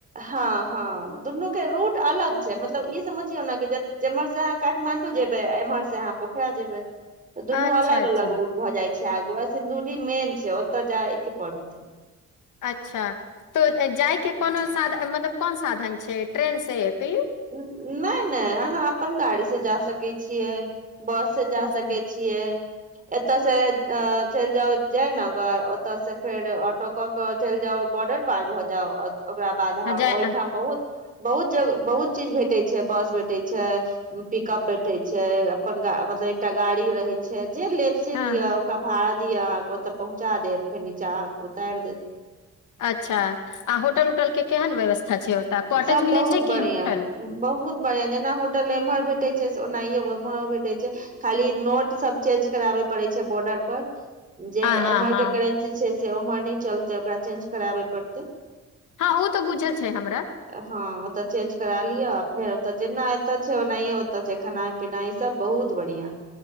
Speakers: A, on the right; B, on the left.
A: हँ हँ दुनू के रूट अलग मतलब ई समझियौ ने कि जेम्हर से अहाँ काठमाण्डू जेबै आ एम्हर से अहाँ पोखरा जेबै तऽ दुनू
B: अच्छा
A: अलग
B: अच्छा
A: अलग रूट भऽ जाइ छै गुआ सिन्दूरी मेन छै ओतऽ जायके पड़तत
B: अच्छा तो जायके कोनो साधन मतलब कोन साधन छै ट्रेन से क
A: नहि नहि अहाँ अपन गाड़ीसँ जा सकैत छियै बस से जा
B: हँ
A: सकै छियै एतऽ से अ चलि जाउ जयनगर ओतऽ से फेर ऑटोक के चलि जाउ बॉर्डर पार भऽ जाउ ओकरा बाद ओहिठाम
B: जाय
A: बहुत बहुत ज बहुत चीज भेटे छै बस भेटे छै पिकअप भेटे छै अपन गा मतलब एकटा गाड़ी रहे छै जे लेप से
B: हँ
A: लिअ
B: हँ
A: ओकर भात द अहाँके ओतऽ पहुँचा देत फेर नीचा अहाँके उतारि देत
B: अच्छा आ होटल उटल के केहन व्यवस्था छै ओतय कॉटेज
A: सब
B: मिलै
A: बहुत
B: छै
A: बढ़िआ
B: कि होटल
A: बहुत बढ़ियां जेना होटल एम्हर भेटे छै ओनाहिो ओम्हरो भेटे छै खाली नोट सब चेंज कराबे पड़े छै बॉर्डर पर जे
B: हँ हँ
A: एम आर
B: हँ
A: के करेन्सी छै से उमर नहि चलतै ओकरा चेंज कराबे पड़तै
B: हँ ओ तऽ बुझै छै हमरा
A: हँ ओतय चेंज करा लियअ फेर ओत जेना एतऽ छै ओनाहिय सब छै खेनाइ पीनाइ सब बहुत बढ़िआं